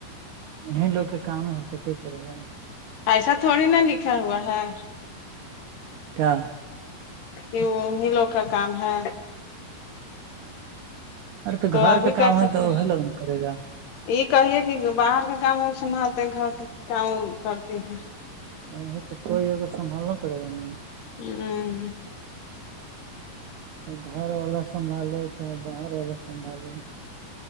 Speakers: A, on the right; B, on the left.
A: انہیں لوگ کے کام ہے تو کی کرے گا
B: ایسا تھوڑی نا لکھا ہوا ہے
A: کیا
B: کی انہی لوگ کا کام ہے
A: ارے تو گھر
B: ابھی
A: کے
B: کر
A: کام ہے
B: سکتے
A: تو
B: ہیں
A: وہ لوگن کرے گا
B: یہ کہیے کہ باہر کا کام ہم سنبھالتے ہیں گھر کے کام کرتے ہیں
A: نہیں نہیں تو ہی ہوگگر سنبھالنا پڑے گا نا
B: ہاں
A: گھر والا سنبھالے چاہے باہر والا سنبھالیں